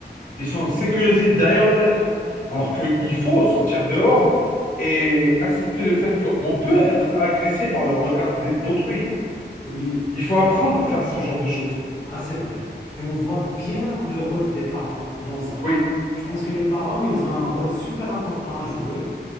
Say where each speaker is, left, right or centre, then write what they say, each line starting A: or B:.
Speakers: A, on the left; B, on the left.
A: Ils sont
B: Ah
A: sécurisés derrière leur écran.
B: ouais.
A: Alors qu'il faut sortir dehors et accepter le fait qu'on peut être agressé par le regard d- d'autrui.
B: Oui,
A: Il faut apprendre à faire ce genre de choses.
B: ah, c'est vrai. Et on voit bien le rôle des parents dans ça.
A: Oui,
B: Je pense que les parents, ils ont un rôle super important à jouer.